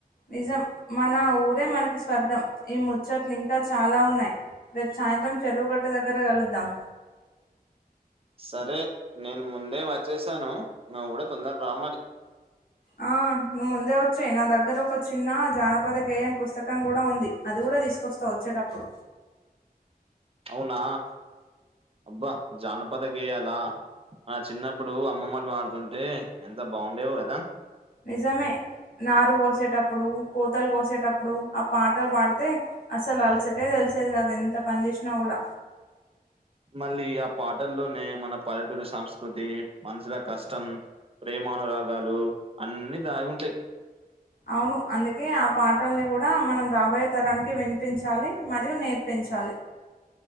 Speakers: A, on the left; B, on the right.
A: నిజం మన ఊరే మనకి స్వర్గం ఈ ముచ్చట్లు ఇంకా చాలా ఉన్నాయి రేపు సాయంత్రం చెరువుగట్ట దగ్గర గలుద్దాం
B: సరే నేను ముందే వచ్చేశాను నువ్వు గుడ తొందర రామ్మరి
A: ఆ నువ్ ముందే వచ్చెయ్ నా దగ్గర ఒక చిన్న జానపద గేయం పుస్తకం గూడా ఉంది అది కుడ తీసుకొస్తా వచ్చేటప్పుడు
B: అవునా అబ్బా జానపద గేయాల చిన్నప్పుడు అమ్మమ్మలు బాడుతుంటే ఎంత బాగుండేవో గదా
A: నిజమే నారు పోసేటప్పుడు కోతలు కోసేటప్పుడు ఆ పాటలు బాడితే అసలు అలసటే తెలి తెలిసేది గాదు ఎంత పని జేషినా గుడ
B: మళ్ళీ ఆ పాటల్లోనే మన పల్లెటూరి సంస్కృతి మనుషుల కష్టం ప్రేమానురాగాలు అన్ని దాగి ఉంటాయి
A: అవును అందుకే ఆ పాటల్ని కూడా మనం రాబోయే తరానికి వినిపించాలి మరియు నేర్పించాలి